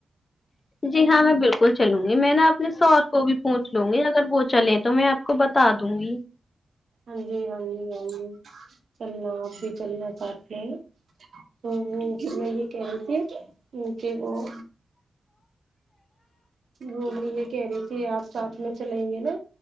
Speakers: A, on the left; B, on the right.
A: جی ہاں میں بالکل چلوں گی میں نا اپنے سور کو بھی پوچھ لوں گی اگر وہ چلیں تو میں آپ کو بتا دوں گی
B: ہاں جی ہاں جی ہاں جی چلنا آپ بھی چلنا چ جی تو وہ میں کہ رہی تھی کیک وہ وہ میں یہ کہہ رہی تھی آپ ساتھ میں چلیں گے نا